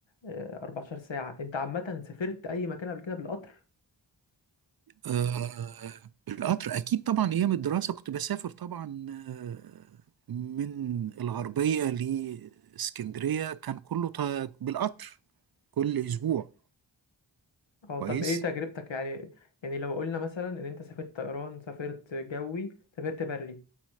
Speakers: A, on the left (about 75°); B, on the right (about 50°).
A: آه، 14 ساعه انت عامه سافرت اي مكان قبل كده بالقطر
B: آه القطر أكيد طبعا أيام الدراسة كنت بسافر طبعا آه من الغربية لإسكندرية كان كله ط- بالقطر كل أسبوع
A: اه
B: كويس
A: طب ايه تجربتك يعني يعني لو قلنا مثلا ان انت سافرت طيران سافرت جوي سافرت بري